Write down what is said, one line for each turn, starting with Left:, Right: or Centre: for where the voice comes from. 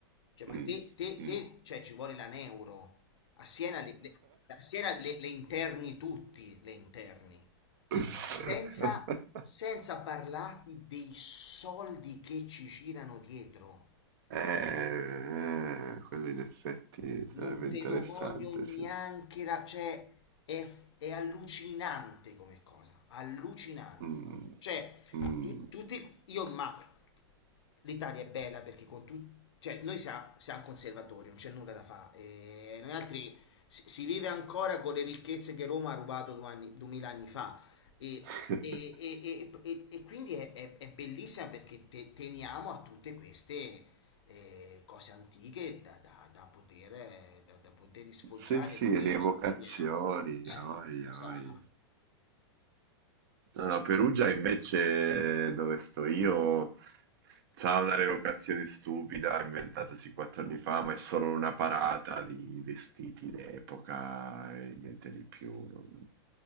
Left: cioè,
Right: Mm,
Left: ma te, te,
Right: mm.
Left: te cioè, ci vuole la neuro. A Siena, le, le- a Siena le, le interni tutti, le interni,
Right: <laughs>
Left: senza, senza parlarti dei soldi che ci girano dietro.
Right: Eh, eh, quello in effetti sarebbe
Left: Non te
Right: interessante,
Left: lo voglio neanche
Right: sì.
Left: ra- cioè è, è allucinante come cosa, allucinante.
Right: Mm,
Left: Cioè,
Right: mm.
Left: tu- tutti io ma l'Italia è bella perché con tutti cioè noi siamo, siamo conservatori, non c'è nulla da fare. Noi altri si, si vive ancora con le ricchezze che Roma ha rubato due anni, duemila anni fa e,
Right: <laughs>
Left: e- e- e- e- e quindi è, è- è bellissima perché te- teniamo a tutte queste eh, cose antiche da, da- da poter, eh, da, da poter sfoggiare
Right: Sì, sì,
Left: e rivivere.
Right: rievocazioni,
Left: Quindi è,
Right: oi,
Left: è una cosa...
Right: oi. No, no, Perugia invece, dove sto io, c'ha una revocazione stupida, inventatosi quattro anni fa, ma è solo una parata di vestiti d'epoca e niente di più. non-